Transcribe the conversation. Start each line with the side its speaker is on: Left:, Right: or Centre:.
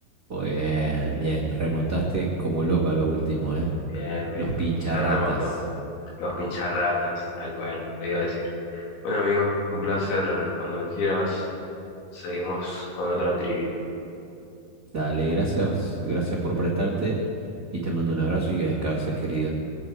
Right: Muy bien, bien, remontaste como loco a lo último, ¿eh?
Left: Bien, bien.
Right: Los pincharratas.
Left: Se remontó. Los Pincharratas, tal cual, lo iba a decir. Bueno, amigo, un placer. Cuando quieras, seguimos con otra trivia.
Right: Dale, gracias, gracias por prestarte y te mando un abrazo y que descanses, querido.